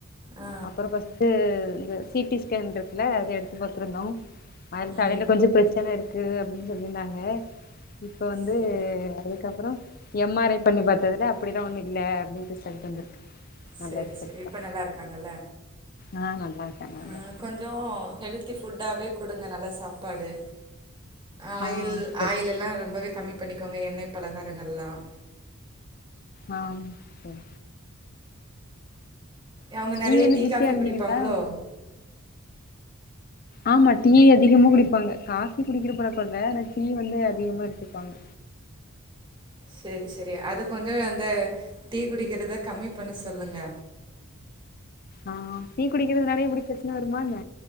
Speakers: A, on the right; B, on the left.
A: ஆ
B: அப்பறம் ஃபஸ்ட்டு இந்த சி டி ஸ்கேன் இருக்குல்ல அத எடுத்து பாத்துருந்தோ அதுல
A: ம்
B: தலைல கொஞ்சொ பிரச்சன இருக் க்கு அப்டின்னு சொல்லியிருந்தாங்க இப்ப வந்து
A: சரி
B: அது க்கப்பறொ எம் ஆர் ஐ பண்ணி பாத்ததுல அப் ப்படிலா ஒன்னு இல்ல அப்டின்டு ரிசல்ட்டு வந்திருக்கு நல்ல
A: சரி
B: ரிசல்ட்
A: சரி இப்ப
B: தா
A: நல்லா இருக்காங்கல்ல
B: ஆ நல்லா இருக்காங்க நல்லா
A: ஆஹ் கொஞ்சொ ஹெலத்து ஃபுட்டாவே குடுங்க நல்ல சாப்பாடு ஆயில்
B: ஆ சரி
A: ஆயில் எல்லா ரொம்பவே கம்மி பண்ணிக்கோங்க எண்ணெய் பலகாரங்கள்லாம்
B: ஆஹ் சரி
A: அவங்க நிறைய
B: நீங்க என்ன
A: டீ
B: பிஸியா
A: காஃபி
B: இருந்தீங்களா
A: குடிப்பாங்களோ
B: ஆமா டீ அதிகமா குடிப்பாங்க காஃபி குடிக்கிற பழக்கோ இல்ல ஆனா டீ வந்து அதிகமா எடுத்துப்பாங்க
A: சேரி சேரி அத கொஞ்சோ அந்த டீ குடிக்கிறத கம்மி பண்ண சொல்லுங்க
B: ஆ டீ குடிக்கிறதுனாலையு இப்டி பிரச்சனை வருமா என்ன